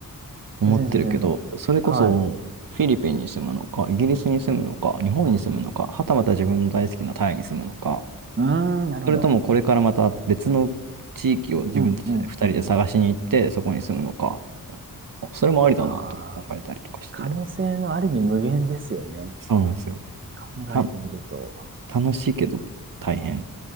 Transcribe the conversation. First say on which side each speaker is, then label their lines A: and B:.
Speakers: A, on the right; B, on the right.
A: 思ってるけど、
B: 全然全然。
A: それこそ、
B: はい。
A: フィリピンに住むのか、イギリスに住むのか、日本に住むのか、はたまた自分の大好きなタイに住むのか、
B: うーん、なるほど。
A: それともこれからまた別の地域を自分たちで人で探しに行って、
B: うん、うん、うん。
A: そこに住むのか。うんあそれもありだなとか考えたりとかして。
B: ああ、可能性のありに無限ですよね。
A: そうなんですよ。
B: 考えてみると。
A: た、楽しいけど大変。